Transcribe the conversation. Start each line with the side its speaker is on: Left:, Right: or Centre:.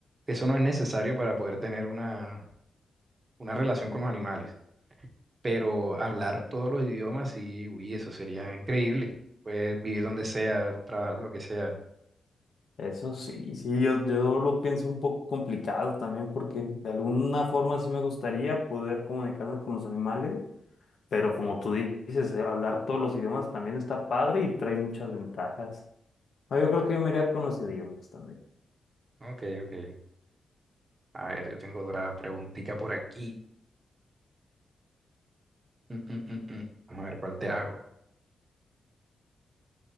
Right: eso no es necesario para poder tener una, una relación con los animales. pero hablar todos los idiomas, sí, uy, eso sería increíble. Puedes vivir donde sea, trabajar de lo que sea.
Left: Eso sí, sí, yo, yo lo pienso un poco complicado también porque de alguna forma sí me gustaría poder comunicarme con los animales, pero como tú dices, eh, hablar todos los idiomas también está padre y trae muchas ventajas. Ah, yo creo que yo me iría con los idiomas también.
Right: Ok, ok. A ver, yo tengo otra preguntita por aquí. Mm, mm, mm, mm. Vamos a ver cuál te hago.